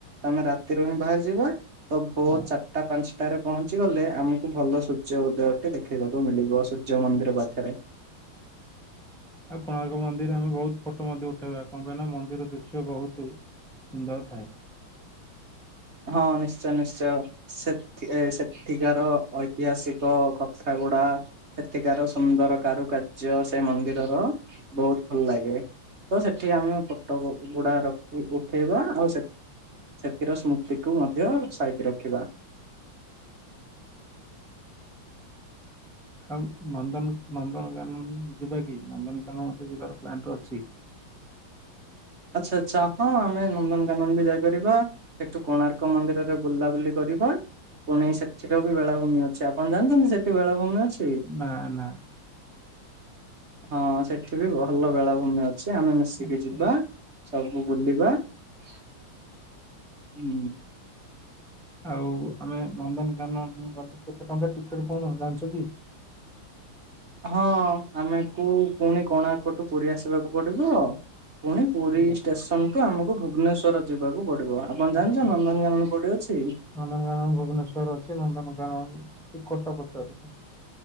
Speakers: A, on the right; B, in the centre.
A: ତମେ ରାତିରୁ ହିଁ ବାହାରି ଯିବା। ତ ଭୋର
B: ହଁ।
A: ଚା ଟା ପାଞ୍ଚଟାରେ ପହଞ୍ଚି ଗଲେ ଆମକୁ ଭଲ ସୂର୍ଯ୍ୟ ଉଦୟଟି ଦେଖେଇବାକୁ ମିଳିବ ସୂର୍ଯ୍ୟ ମନ୍ଦିର ପାଖେରେ।
B: ଆଉ କୋଣାର୍କ ମନ୍ଦିରରେ ଆମେ ବହୁତ ଫଟୋ ମଧ୍ୟ ଉଠେଇବା କଣ ପାଇଁ ନା ମନ୍ଦିର ଦୃଶ୍ୟ ବହୁତୁ। ସୁନ୍ଦର ଥାଏ।
A: ହଁ ନିଶ୍ଚୟ ନିଶ୍ଚୟ। ସେଥି ସେଠିକାର ଐତିହାସିକ କଥା ଗୁଡା। ସେଠିକାର ସୁନ୍ଦର କାରୁକାର୍ଯ୍ୟ ସେ ମନ୍ଦିରର ବହୁତୁ ଭଲ ଲାଗେ। ତ ସେଠି ଆମେ ଫଟ ଗୁଡା ରଖି ଉଠେଇବା ଆଉ ସେ ସେଥିର ସ୍ମୃ ତିକୁ ମଧ୍ୟ ସାଇତି ରଖିବା।
B: ଆଉ ନନ୍ଦନ ନନ୍ଦନକାନନ ଯିବା କି ନନ୍ଦନକାନନ ତ ଯିବାର ପ୍ଲାନ ତ ଅଛି।
A: ଆଚ୍ଛା ଆଚ୍ଛା ହଁ ଆମେ ନନ୍ଦନକାନନ ବି ଯାଇପାରିବା। ହେଠୁ କୋଣାର୍କ ମନ୍ଦିରରେ ବୁଲାବୁଲି କରିବା ପୁଣି ସେ <unintelligible> ବି ବେଳାଭୂମି ଅଛି ଆପଣ ଯାଆଚନ୍ତି ସେଠି ବେଳାଭୂମି ଅଛି
B: ନା ନା।
A: ହଁ ସେଠି ବି ଭଲ ବେଳାଭୂମି ଅଛି ଆମେ ମିଶିକି
B: ଆଚ୍ଛା।
A: ଯିବା। ସବୁ ବୁଲିବା ହୁଁ।
B: ଆଉ ଆମେ ନନ୍ଦନକାନନ ଗଲେ କେତେ ଟଙ୍କା ଟିକେଟ୍ କଣ ଜାଣିଚ କି?
A: ହଁ ଆମେକୁ ପୁଣି କୋଣାର୍କଠୁ ପୁରୀ ଆସିବାକୁ ପଡିବ। ପୁଣି ପୁରୀ
B: ଠିକ ଅଛି।
A: ଷ୍ଟେସନ ଠୁ ଆମକୁ ଭୁବନେଶ୍ୱର ଯିବାକୁ ପଡିବ ଆପଣ
B: ଆଚ୍ଛା
A: ଜାଣିଛ
B: ଆଚ୍ଛା
A: ନନ୍ଦନକାନନ କୋଉଠି ଅଛି?
B: ନନ୍ଦନକାନନ ଭୁବନେଶ୍ୱର ଅଛି ନନ୍ଦନକାନଟି କଟ ପଚରେ